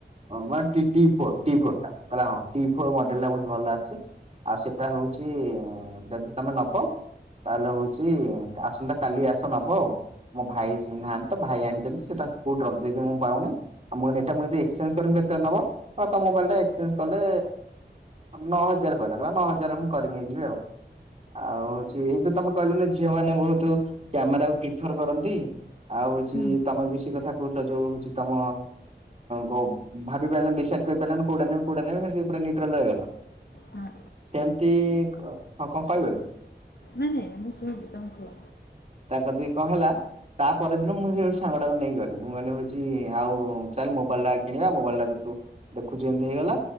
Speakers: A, on the right (about 35°); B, on the left (about 65°).
A: ନା T T four T four ଟା କହିଲା ହଁ ଟି ଫୋର୍ ମଡେଲ ଟା ବହୁ ଭଲ ଅଛି। ଆଉ ସେଟା ହଉଛି ଯଦି ତମେ ନବ ତାହେଲେ ହଉଛି ଆସନ୍ତା କାଲି ଆସ ନବ ଆଉ ମୋ ଭାଇ ନାହାନ୍ତି ତ ଭାଇ ଆଣିଛନ୍ତି ସେଟା କୋଉଠି ରଖିଦେଇଛନ୍ତି ମୁଁ ପାଉନି ମୁଁ କହିଲି ତମେ ଯଦି ଏକ୍ସଚେଞ୍ଜ କରିବ କେତେ ନବ? ହଁ ତମ ମୋବାଇଲ ଟା ଏକ୍ଚେଞ୍ଜ କଲେ ନଅ ହଜା ହଜାର କହିଲା। କହିଲା ନଅ ହଜାର ମୁଁ କରି ନେଇଯିବି ଆଉ। ଆଉ ହଉଛି ଏଇ ଯୋଉ ତମେ କହିଲନି ଝିଅମାନେ ବହୁତ କ୍ୟାମେରାକୁ ପ୍ରିଫର କରନ୍ତି। ଆଉ ହଉଛି
B: ହୁଁ
A: ତମେ ବି ସେ କଥା କହୁଥିଲ ଯୋଉ ହଉଛି ତମ ଗ ଭାବିପାଇଲନି ଡିସାଇଡ କରିପାଇଲନି କୋଉଟା ନେବି କୋଉଟା ନେବି ସେଇଟା ଯୋଉଥିରେ ନିଉଟ୍ରାଲ ରହିଗଲା।
B: ହଁ
A: ସେମିତି ହଁ କଣ କହିବ କି?
B: ନାଇଁ ନାଇଁ ମୁଁ ଶୁଣୁଛି ତମେ କୁହ।
A: <unintelligible> କି କଣ ହେଲା ତାପରଦିନ ମୁଁ ସେ ଯୋଉ ସାଙ୍ଗଟାକୁ ନେଇକି ଗଲି। ମୁଁ କହିଲି ହଉଛି ଆଉ ଚାଲ ମୋବାଇଲଟା କିଣିବା ମୋବାଇଲ ଟା ତୁ ଦେଖୁଛୁ ଏମିତି ହେଇଗଲା।